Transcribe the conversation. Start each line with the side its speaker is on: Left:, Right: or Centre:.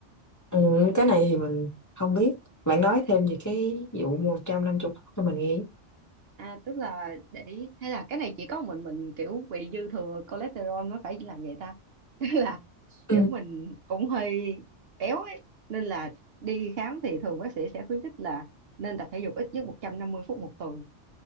Left: Ừ, cái này thì mình không biết bạn nói thêm về cái vụ 150 cho mình nghe
Right: à tức là để hay là cái này chỉ có mình mình kiểu bị dư thừa cholesterol mới phải làm vậy ta <laughs> Tức là
Left: ừ.
Right: kiểu mình cũng hơi béo ấy nên là đi khám thì thường bác sĩ sẽ khuyến khích là nên tập thể dục ít nhất 150 phút một tuần